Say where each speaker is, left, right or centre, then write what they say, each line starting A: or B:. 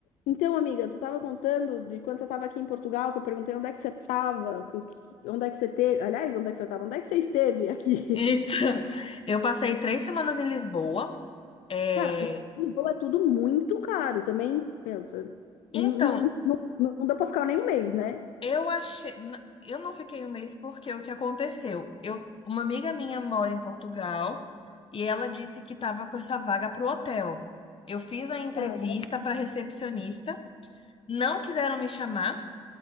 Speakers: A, on the left; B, on the left.
A: Então, amiga, tu estava contando de quando você estava aqui em Portugal, que eu perguntei onde é que você estava, onde é que você teve, aliás, onde é que você estava, onde é que você esteve aqui?
B: Então, <laughs>
A: <laughs>
B: eu passei três semanas em Lisboa. É,
A: Cara, Lisboa é tudo muito caro também, meu, tu-
B: Então,
A: não, não, não, não dá pra ficar nem um mês, né?
B: eu achei. n- Eu não fiquei um mês porque o que aconteceu? Eu... Uma amiga minha mora em Portugal e ela disse que estava com essa vaga para o hotel. Eu fiz a entrevista
A: Ah,
B: para recepcionista, não quiseram me chamar